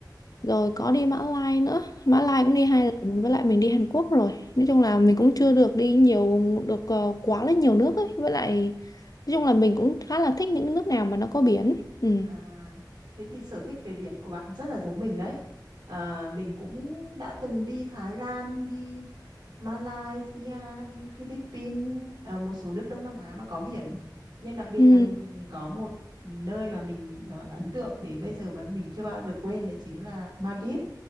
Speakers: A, on the left (about 50°); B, on the right (about 70°).
A: rồi có đi Mã Lai nữa Mã Lai cũng đi hai lần với lại mình đi Hàn Quốc rồi nói chung là mình cũng chưa được đi nhiều được ờ, quá là nhiều nước ấy với lại nói chung là mình cũng khá là thích những nước nào mà nó có biển ừ.
B: À, thế thì sở thích về biển của bạn rất là giống mình đấy. À, mình cũng đã từng đi Thái Lan, đi Malaysia, đi Philippines, à, một số nước Đông Nam Á mà có biển. Nhưng đặc biệt
A: Ừ.
B: là mình có một nơi mà mình ờ, ấn tượng đến bây giờ mà mình chưa bao giờ quên đấy chính là Maldives.